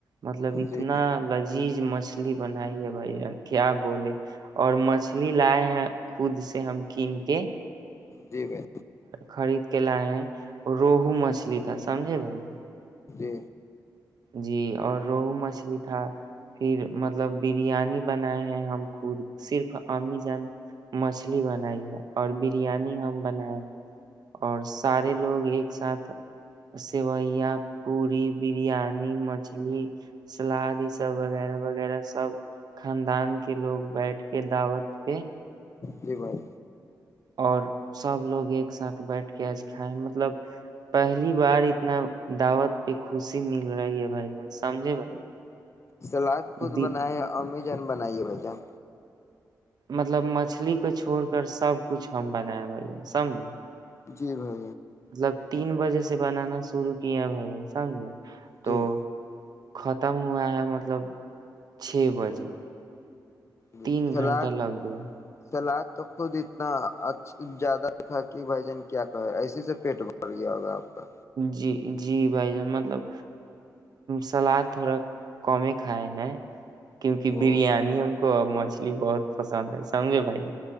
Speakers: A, on the right; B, on the left.
A: مطلب اتنا
B: جی
A: لذیذ مچھلی بنائی ہے بھائی جان کیا بولے اور مچھلی لائے ہیں خود سے ہم کین کے
B: جی بھائی
A: خرید کے لائے ہیں اور روہو مچھلی تھا سمجھے بھائی
B: جی
A: جی اور روہو مچھلی تھا پھر مطلب بریانی بنائے ہیں ہم خود صرف امی جن مچھلی بنائی ہے اور بریانی ہم بنائے اور سارے لوگ ایک ساتھ سیویا پی بریانی پانی مچھلی سلاد یہ سب وغیرہ وغیرہ سب خاندان کے لوگ بیٹھ کے دعوت پہ
B: جی بھائی
A: اور سب لوگ ایک ساتھ بیٹھ کے آج کھائے مطلب پہلی بار اتنا دعوت پہ خوشی مل رہی ہے بھائی جن سمجھے بھائی
B: سلاد
A: جان؟
B: خود
A: دی-
B: بناائے امی ان بنائیے بھائی جان
A: مطلب مچھلی کو چھڑ کر سب کچھ ہم بناائ ب سمج
B: جی بھیا
A: تب تین بجے سے بنانا شرع کیا بھ سمجھے تو
B: جی
A: ختم ہوا ہے مطلب چھ بجے
B: جی
A: تین
B: سلاد
A: گھنٹہ لگ گیا
B: سلاد تو خود اتناچ زیادہ تھا کہ بھائی جان کیا کہے ایسے سے پیٹ بھر گیا ہوگا آپ کا
A: جی جی بھائی جان مطلب سلاد تھوڑا کمی کھائے ہیں کیونکہ
B: او
A: بریانی ہم کو م مچھلی بہت پسند ہے سمجھے بھائی